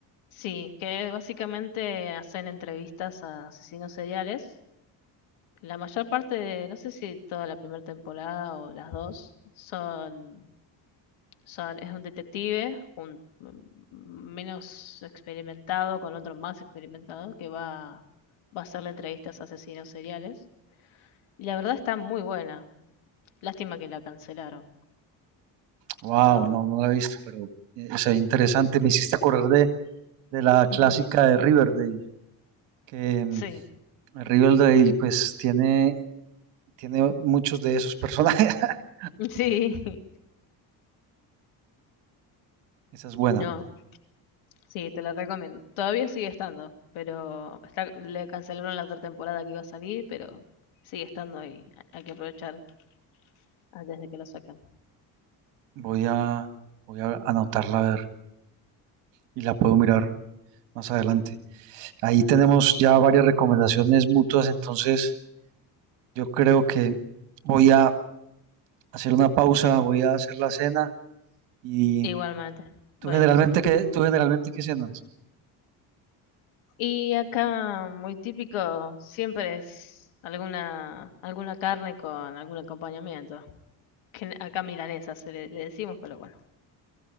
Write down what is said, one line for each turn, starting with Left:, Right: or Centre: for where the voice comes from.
Left: Sí, que básicamente hacen entrevistas a asesinos seriales. La mayor parte de, no sé si toda la primera temporada o las dos, son, son, es un detective, un menos experimentado con otro más experimentado que va, va a hacerle entrevistas a asesinos seriales. Y la verdad está muy buena. Lástima que la cancelaron,
Right: Wow,
Left: pero
Right: no, no la he visto, pero eh, es interesante. Me hiciste acordar de de la clásica
Left: Ujú.
Right: de Riverdale, que mm,
Left: sí,
Right: Riverdale pues tiene, tiene muchos de esos personajes. <laughs>
Left: <laughs> sí.
Right: Esa es buena.
Left: No, sí, te la recomiendo. Todavía sigue estando, pero está, le cancelaron la otra temporada que iba a salir, pero sigue estando y hay que aprovechar antes de que lo saquen.
Right: Voy a, voy a anotarla a ver y la puedo mirar más adelante. Ahí tenemos ya varias recomendaciones mutuas, entonces yo creo que voy a hacer una pausa, voy a hacer la cena y
Left: Igualmente,
Right: tú
Left: voy
Right: generalmente
Left: a cocinar.
Right: qué, tú generalmente qué cenas?
Left: Y acá, muy típico, siempre es alguna, alguna carne con algún acompañamiento. Que n- acá milanesa se le, le decimos, pero bueno.